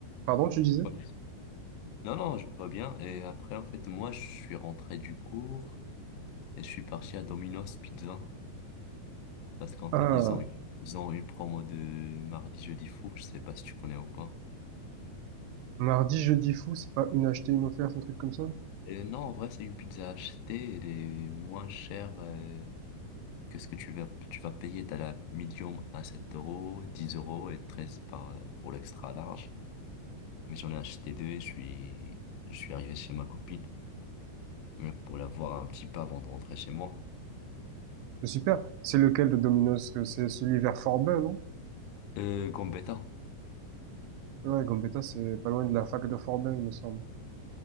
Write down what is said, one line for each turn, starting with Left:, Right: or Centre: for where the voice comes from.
Right: Pardon, tu disais?
Left: Ouais. Non, non, je vois bien. Et après, en fait, moi, je suis rentré du cours et je suis parti à Domino's Pizza parce qu'en
Right: Ah,
Left: fait, ils ont, une- ils ont une promo de mardi, jeudi fou. Je sais pas si tu connais ou pas.
Right: mardi, jeudi fou, c'est pas une achetée, une offerte, un truc comme ça?
Left: Et non, en vrai, c'est une pizza achetée. Elle est moins chère euh, que ce que tu vas, tu vas payer. T'as la medium à 7 euros, 10 euros et 13 par, pour l'extra large. Mais j'en ai acheté deux et je suis, je suis arrivé chez ma copine euh, pour la voir un petit peu avant de rentrer chez moi.
Right: C'est super. C'est lequel de Domino's? que C'est celui vers Forbin, non?
Left: Euh, Gambetta.
Right: Ouais, Gambetta, c'est pas loin de la fac de Forbin, il me semble.